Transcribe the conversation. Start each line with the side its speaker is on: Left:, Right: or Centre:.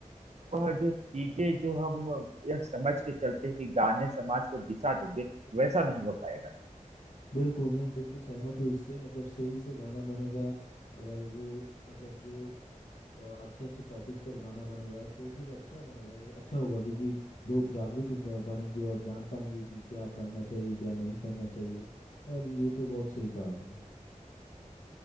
Right: वह जो चीजें जो हम यह समझ के चलते हैं कि गाने समाज को दिशा देंगे वैसा नहीं हो पाएगा
Left: बिल्कुल मैं बिल्कुल सहमत हूँ इससे मतलब सही से गाना बनेगा अगर वो मतलब जो अच्छे अच्छे टॉपिक पर गाना बनेगा तो फिर अच्छा बनेगा अच्छा होगा क्योंकि लोग जागृत ब- बनेंगे और जान पाएंगे कि क्या करना चाहिए क्या नहीं करना चाहिए और ये तो बहुत सही कहा आपने